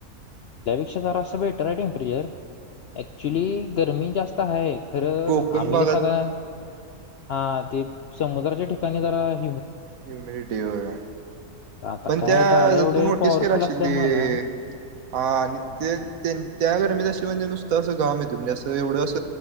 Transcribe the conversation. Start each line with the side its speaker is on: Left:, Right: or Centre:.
Left: ह्यापेक्षा जरा बेटर आहे टेंपरेचर ऍक्चुली
Right: नी
Left: गरमी जास्त ते तर आहे खरं
Right: कोकण
Left: आम्ही
Right: भागात
Left: तर सकाळी हा ते समुद्राच्या ठिकाणी जरा आहे
Right: ह्युमिनिटी होय
Left: आता
Right: पण
Left: काय
Right: त्या
Left: गाड्या
Right: हेच्यातून
Left: एवढे
Right: नोटीस
Left: पॉवरफुल
Right: केला असशील
Left: असल्यामुळे
Right: ते
Left: ना
Right: हा आणि ते त्या गर्मीत म्हणजे नुसतं अस म्हणजे असं एवढं असं